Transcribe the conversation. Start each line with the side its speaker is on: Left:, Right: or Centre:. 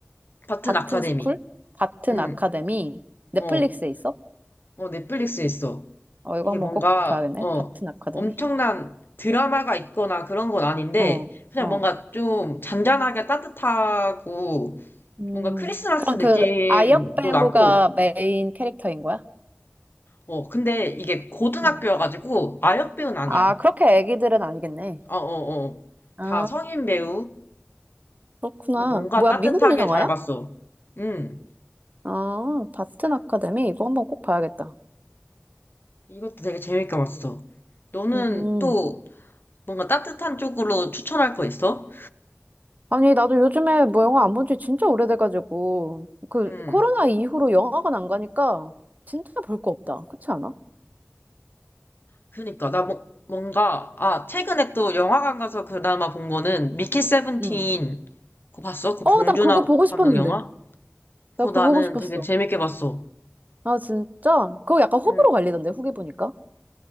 Left: 같은
Right: 바튼
Left: 아카데미.
Right: 스쿨? 바튼
Left: 음,
Right: 아카데미? 넷플릭스에
Left: 어.
Right: 있어?
Left: 어, 넷플릭스에 있어.
Right: 어, 이거
Left: 이게
Right: 한번
Left: 뭔가,
Right: 꼭 봐야겠네.
Left: 어,
Right: 바튼 아카데미?
Left: 엄청난 드라마가 있거나 그런 건 아닌데,
Right: 어,
Left: 그냥
Right: 어.
Left: 뭔가 좀 잔잔하게 따뜻하고,
Right: 음,
Left: 뭔가 크리스마스
Right: 그럼
Left: 느낌도
Right: 그 아역 배우가
Left: 나고,
Right: 메인 캐릭터인 거야?
Left: 어, 근데 이게 고등학교여가지고,
Right: 응.
Left: 아역 배우는 아니야.
Right: 아, 그렇게 애기들은 아니겠네.
Left: 어, 어, 어.
Right: 아,
Left: 다 성인 배우.
Right: 그렇구나.
Left: 근데 뭔가
Right: 뭐야,
Left: 따뜻하게
Right: 미국 영화야?
Left: 잘 봤어. 음,
Right: 아, 바튼 아카데미? 이거 한번 꼭 봐야겠다.
Left: 이것도 되게 재밌게 봤어. 너는
Right: 음.
Left: 또 뭔가 따뜻한 쪽으로 추천할 거 있어?
Right: 아니, 나도 요즘에 뭐 영화 안 본지 진짜 오래돼가지고, 그,
Left: 음.
Right: 코로나 이후로 영화관 안 가니까 진짜 볼 거 없다. 그렇지 않아?
Left: 그니까 나 뭐, 뭔가 아 최근에 또 영화관 가서 그나마 본 거는 미키 세븐틴
Right: 응.
Left: 그거 봤어? 그
Right: 어,
Left: 봉준호
Right: 나 그거 보고 싶었는데.
Left: 감독 영화? 그거
Right: 나 그거
Left: 나는
Right: 보고 싶었어.
Left: 되게 재밌게 봤어.
Right: 아, 진짜? 그거 약간 호불호
Left: 응
Right: 갈리던데, 후기 보니까.